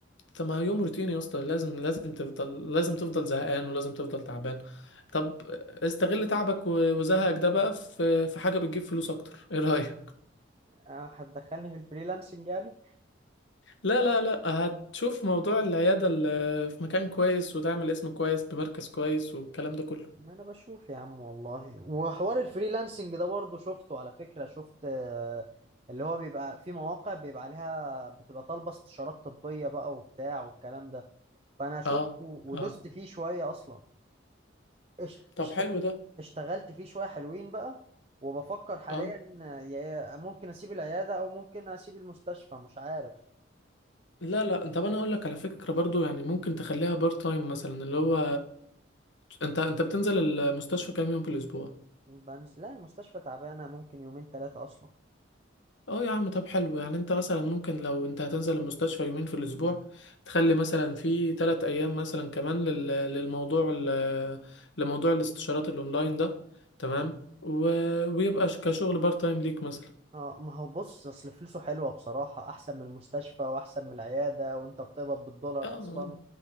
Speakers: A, on the left; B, on the right.
A: طب ما يوم روتيني يا اسطى لازم لازم تفضل لازم تفضل زهقان ولازم تفضل تعبان طب استغل تعبك و- وزهقك ده بقى في في حاجه بتجيب فلوس اكتر ايه رايك
B: آه، هتدخلني في الفريلانسنج يعني
A: لا لا لا هتشوف موضوع العيادة اللي في مكان كويس وتعمل اسم كويس بمركز كويس والكلام ده كله
B: ما انا بشوف يا عم والله وحوار الفريلانسنج ده برضه شفته على فكرة شفت آه، اللي هو بيبقى في مواقع بيبقى عليها بتبقى طالبة استشارات طبية بقى وبتاع والكلام ده فانا شفته
A: اه
B: ودست
A: اه
B: فيه شوية اصلا اشت-
A: طب
B: اشت-
A: حلو ده
B: اشتغلت فيه شوية حلوين بقى وبفكر حاليا
A: اه
B: آه، يا- ممكن اسيب العيادة او ممكن اسيب المستشفى مش عارف
A: لا لا طب انا اقول لك على فكرة برضو يعني ممكن تخليها بار تايم مثلا اللي هو انت انت بتنزل المستشفى كام يوم في الاسبوع
B: بنزل لا المستشفى تعبانة ممكن يومين ثلاثة اصلا
A: اه يا عم طب حلو يعني انت مثلا ممكن لو انت هتنزل المستشفى يومين في الاسبوع تخلي مثلا في تلات ايام مثلا كمان لل... للموضوع ال... لموضوع الاستشارات الاونلاين ده تمام و... ويبقى ش- كشغل بار تايم ليك مثلا
B: اه ما هو بص اصل فلوسه حلوه بصراحه احسن من المستشفى واحسن من العياده وانت بتقبض بالدولار
A: اه آه.
B: اصلا